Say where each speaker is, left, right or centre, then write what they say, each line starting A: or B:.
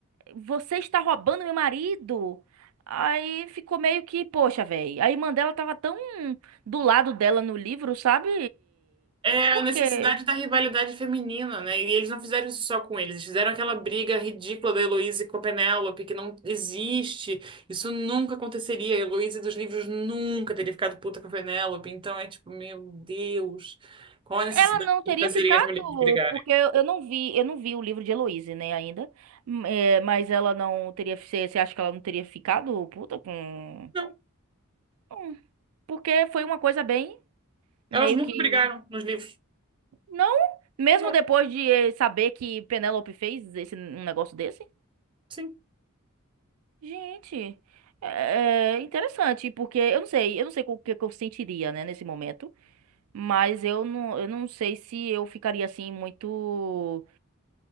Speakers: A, on the right; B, on the right.
A: você está roubando meu marido. Aí ficou meio que, poxa, velho, a irmã dela tava tão do lado dela no livro, sabe?
B: É
A: Por
B: a necessidade
A: quê?
B: da rivalidade feminina, né? E eles não fizeram isso só com eles, eles fizeram aquela briga ridícula da Heloísa com a Penélope, que não existe. Isso nunca aconteceria. A Heloísa dos livros nunca teria ficado puta com a Penélope. Então é tipo, meu Deus, qual a necessidade
A: Ela não teria
B: de fazerem
A: ficado,
B: as mulheres brigarem?
A: porque eu eu não vi, eu não vi o livro de Heloise, né, ainda. Hum, é, mas ela não teria. Você, você acha que ela não teria ficado puta com.
B: Não,
A: Hum, porque foi uma coisa bem meio
B: elas nunca
A: que.
B: brigaram nos livros.
A: Não, mesmo
B: Não,
A: depois de eh, saber que Penélope fez esse, um negócio desse.
B: sim.
A: Gente, é é interessante, porque eu não sei, eu não sei o que que eu sentiria, né, nesse momento. Mas eu não, eu não sei se eu ficaria assim muito.